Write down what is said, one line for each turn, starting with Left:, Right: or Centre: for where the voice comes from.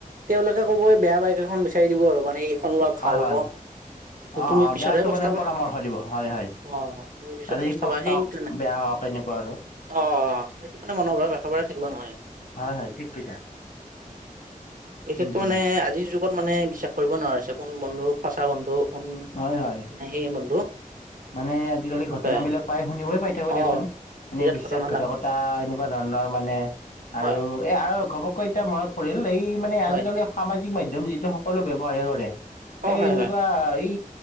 Right: তেওঁলোকে কবই বেয়া বাইক এখন বিচাৰি দিব আৰু মানে এইখন ভাল
Left: হয়, হয়,
Right: হ'ব
Left: অ',
Right: তুমি
Left: অ',
Right: পিছতহে
Left: বেয়াটো
Right: পস্তাবা
Left: মানে পৰামৰ্শ দিব হয়, হয়।
Right: অ তুমি পিছত
Left: আৰু
Right: পস্তাবা
Left: এই পস্তাওক
Right: সেইকাৰণে
Left: বেয়া হওক এনেকুৱা আৰু।
Right: অ, সেইটো মানে মনৰ ভাৱ একেবাৰে থাকিব নালাগে।
Left: হয় হয় ঠিক কৈছা
Right: বিশেষকে
Left: উম
Right: মানে
Left: উম
Right: আজিৰ যুগ লগত মানে বিশ্বাস কৰিব নোৱাৰিছে কোন বন্ধু সঁচা বন্ধু কোন
Left: হয় হয়
Right: নে সেই বন্ধু
Left: মানে আজিকালি
Right: এনেকুৱাই
Left: ঘটনাবলাক পাই শুনিবয়ে পাই থাকো
Right: অ
Left: দিয়াচোন এনে
Right: বিৰাট
Left: বিশ্বাসঘাতকতা
Right: ঘটনা ডাঙৰ
Left: এনে কিবা ধৰণৰ মানে আৰু
Right: হয়,
Left: এ আৰু ঘবকৈ এতিয়া মনত পৰিল এই মানে
Right: হয়,
Left: আজিকালি সামাজিক মাধ্যয়ম যিটো সকলোৱ ব্যৱহাৰে কৰে
Right: অ',
Left: এই
Right: হয়,
Left: এনেকুৱা
Right: হয়,
Left: এই